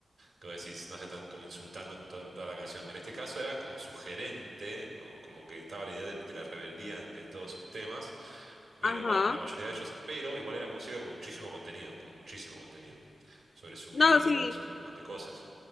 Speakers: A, on the right; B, on the left.
A: que vos decís, no se están como insultando en, to- en toda la canción. En este caso era como sugerente, o como que estaba la idea de, de la rebeldía en, en todos sus temas, pero
B: ajá.
A: bueno, o en la mayoría de ellos, pero igual era música con muchísimo contenido, con muchísimo contenido, sobre su
B: No,
A: vida
B: sí.
A: o sobre un montón de cosas.